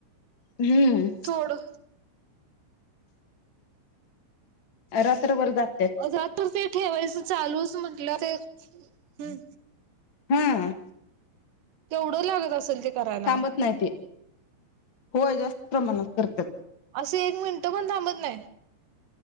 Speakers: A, on the left; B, on the right.
A: हम्म.
B: थोडं
A: रात्रभर जाग
B: रात्र ते ठेवायचं चालूच म्हंटलं ते हं
A: हा.
B: तेवढं लागत असेल ते करायला
A: थांबत नाही ते. होय, जास्त प्रमाणात करत्यात.
B: असे एक मिनटं पण थांबत नाय?